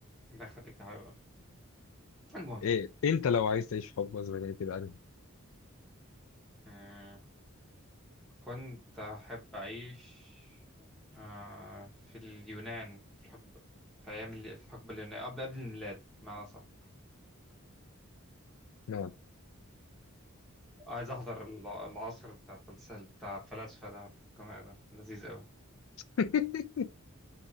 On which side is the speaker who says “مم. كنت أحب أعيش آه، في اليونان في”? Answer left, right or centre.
Centre